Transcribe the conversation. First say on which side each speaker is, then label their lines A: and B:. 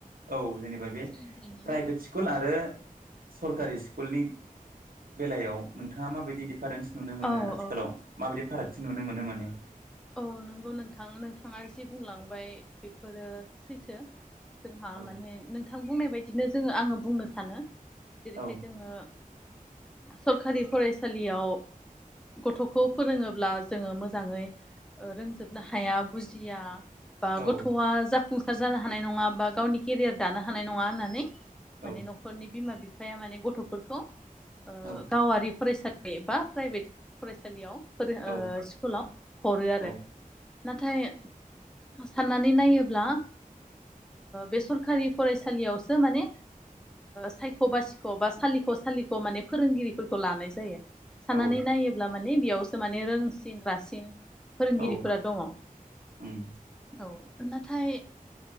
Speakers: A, on the right; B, in the centre.
A: औ जेनेबा बे
B: सोलोंथाइनि
A: प्राइभेट
B: ना?
A: स्कुल आरो सरकारि स्कुलनि बेलायाव नोंथाङा माबायदि डिफारेन्स नुनो मोनो
B: औ
A: आथिखालाव
B: औ
A: माबायदि फारागथि नुनो मोनो माने
B: औ नंगौ नोंथां नोंथाङा जि बुंलांबाय बेफोरो सैथो जोंहा
A: औ
B: माने नोंथां बुंनाय बायदि बिदिनो जोङो आङो बुंनो सानो जेरैहाय
A: औ
B: जोङो सरखारि फरायसालियाव गथ'खौ फोरोङोब्ला जोङो मोजाङै रोंजोबनो हाया बुजिया बा
A: औ
B: गथ'आ जा फुंसार जानो हानाय नङा बा गावनि केरियार दानो हानाय नङा होननानै माने
A: औ
B: न'खरनि बिमा बिफा <unintelligible> माने गथ'फोरखौ ओ
A: औ
B: गावारि फरायसालि एबा प्राइभेट फरायसालियाव <unintelligible>
A: औ
B: स्कुलाव हरो आरो
A: औ
B: नाथाय साननानै नायोब्ला बे सरखारि फरायसालियावसो माने सायख' बासिख' बा सालिख' सालिख' माने फोरोंगिरिफोरखौ लानाय जायो। साननानै
A: औ
B: नायोब्ला माने बेयावसो माने रोंसिन रासिन <unintelligible> फोरोंगिरिफोरा
A: औ
B: दङ औ।
A: उम
B: नाथाय